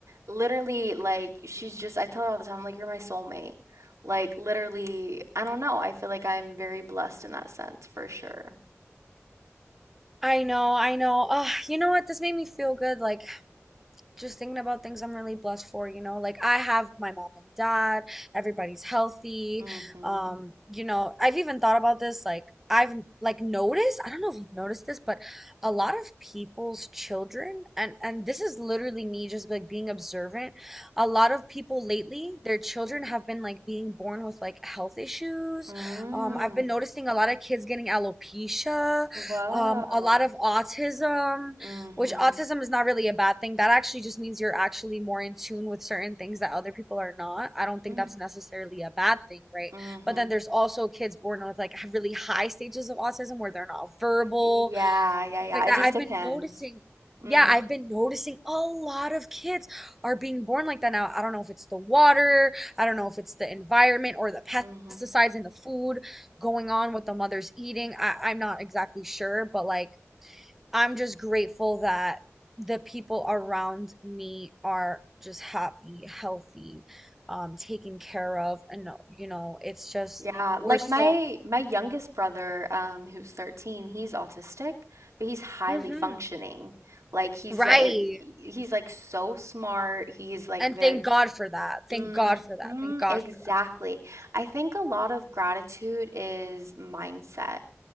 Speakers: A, on the right; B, in the centre.
A: literally like she's just I tell her all the time like you're my soulmate. Like literally, I don't know. I feel like I'm very blessed in that sense for sure.
B: I know, I know. Ugh, you know what? This made me feel good. Like just thinking about things I'm really blessed for, you know, like I have my mom and dad, everybody's healthy.
A: Mm-hmm.
B: Um, you know, I've even thought about this, like I've like noticed, I don't know if you've noticed this, but a lot of people's children, and and this is literally me just like being observant, a lot of people lately, their children have been like being born with like health issues.
A: Mm.
B: Um, I've been noticing a lot of kids getting alopecia,
A: Whoa.
B: um, a lot of autism
A: Mm-hmm.
B: which autism is not really a bad thing. That actually just means you're actually more in tune with certain things that other people are not. I don't think
A: Mm-hmm.
B: that's necessarily a bad thing, right?
A: Mm-hmm.
B: But then there's also kids born with like really high stages of autism where they're not verbal,
A: Yeah, yeah,
B: things
A: yeah.
B: like
A: It
B: that.
A: just
B: I've
A: depends.
B: been noticing,
A: Mm-hmm.
B: yeah, I've been noticing a lot of kids are being born like that now. I don't know if it's the water, I don't know if it's the environment or the pest
A: Mm-hmm.
B: pesticides in the food going on, what the mother's eating. I, I'm not exactly sure, but like I'm just grateful that the people around me are just happy, healthy, um, taken care of, and no- you know, it's just
A: Yeah,
B: we're
A: like
B: so
A: my my youngest brother, um, who's 13, he's autistic, but he's highly
B: Mhm.
A: functioning. Like he's
B: right.
A: it, he's like so smart. He's like
B: And
A: very
B: thank God for that.
A: Mhm,
B: Thank God for that. Thank God
A: exactly.
B: for
A: I think a lot of gratitude is mindset.